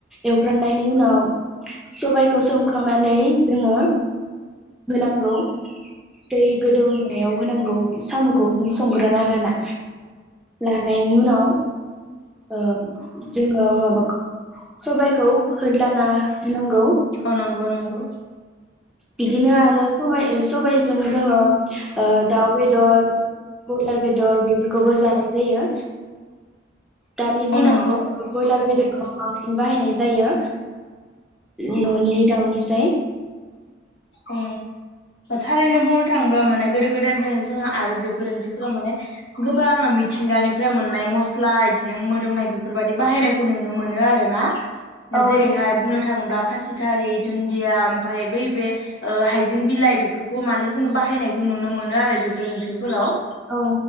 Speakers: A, in the centre; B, on the left (about 75°).
A: एवफ्रामनायनि उनाव सबायखौ सोमखां नानै जोङो होनांगौ दै गोदौनायाव होनांगौ साम'खौ जों संग्रोना लाना लानायनि उनाव ओ जोङो माबाखौ सबायाइखौ होदलाना होनांगौ।
B: औ नंगौ नंगौ
A: बिदिनो आरो समाय सबायाइजों जोङो दाउ बेदर बयलार बेदर बेफोरखौबो जानाय जायो। दानि
B: औ
A: दिनाव
B: नंगौ
A: बयलार बेदरखौ
B: औ औ
A: बांसिन बाहायनाय जायो न'नि दाउनि <unintelligible>
B: औ थारैनो बुंनो थाङोब्ला माने गोदो गोदायनिफ्रायनो जोंहा आरो बेफोर ओंख्रिफोराव माने गोबां मिथिंगानिफ्राय मोननाय मस्ला इदिनो मोदोमनाय बेफोरबायाददि बाहायनायखौ नुनो मोनो आरो ना।
A: औ
B: जेरैहाय
A: नों
B: बुंनो थाङोब्ला खासिथारि दुन्दिया ओमफ्राय बै बे ओ हाइजें बिलाइ बेफोरखौ माने जोङो बाहायनायखौ नुनो मोनो आरो बेफोर ओंख्रिफोराव
A: औ